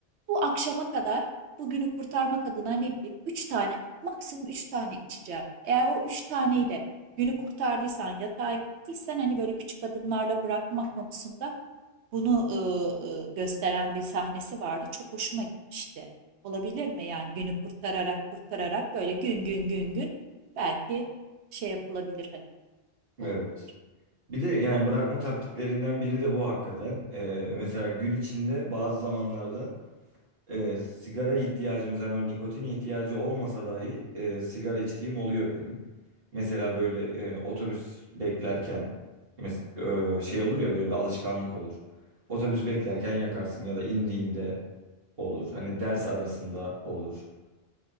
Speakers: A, on the right; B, on the right.
A: bu akşama kadar bugünü kurtarmak adına ne bileyim 3 tane maksimum 3 tane içeceğim. Eğer o 3 taneyle günü kurtardıysan, yatağa gittiysen hani böyle küçük adımlarla bırakma konusunda bunu e, e, gösteren bir sahnesi vardı. Çok hoşuma gitmişti. Olabilir mi yani günü kurtararak kurtararak böyle gün gün gün gün belki şey yapılabilir hani
B: Evet.
A: olabilir.
B: Bir de yani bırakma taktiklerinden biri de bu hakikaten. E, mesela gün içinde bazı zamanlarda e, sigara ihtiyacımız hani o nikotin ihtiyacı olmasa dahi e, sigara içtiğim oluyor benim. Mesela böyle e, otobüs beklerken mes- e, şey olur ya böyle bir alışkanlık olur. Otobüs beklerken yakarsın ya da indiğinde. olur. Hani ders arasında olur.